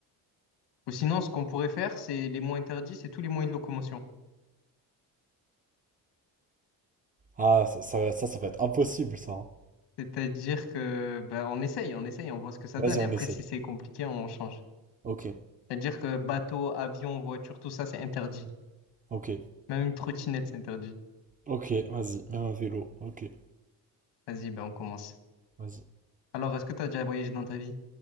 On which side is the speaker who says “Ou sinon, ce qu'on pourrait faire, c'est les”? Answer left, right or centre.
Left